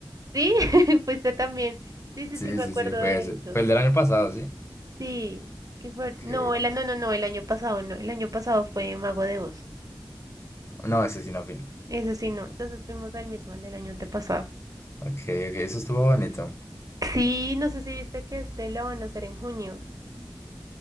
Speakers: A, on the right (about 45°); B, on the left (about 35°).
A: Sí, <laughs> fuiste también. Sí, sí,
B: Sí,
A: sí, me
B: sí,
A: acuerdo
B: sí, fue
A: de
B: ese.
A: eso.
B: Fue el del año pasado, ¿sí?
A: Sí, que fue.
B: Ok.
A: No, el, a- no, no, no, el año pasado no. El año pasado fue Mago de Oz.
B: No, ese sí no firma.
A: Ese sí, no. Entonces fuimos al mismo, al del año antepasado.
B: Ok, ok, eso estuvo bonito.
A: Sí, no sé si viste que este lo van a hacer en junio.